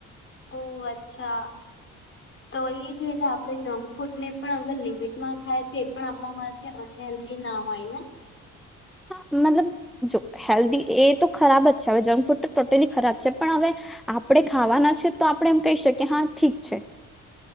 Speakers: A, on the left (about 40°); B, in the centre.
A: ઓહ અચ્છા તો એ જ રીતે આપણે જંકફૂડને પણ અગર લિમિટમાં ખાય તો એ પણ આપણામાં કે અનહેલ્ધી ના હોય ને
B: હા મતલબ જો હેલ્ધી એ તો ખરાબ જ છે હવે જંક ફૂડ તો ટોટલી ખરાબ છે. પણ હવે આપણે ખાવાના છે. તો આપણે એમ કહી શકીએ હા ઠીક છે.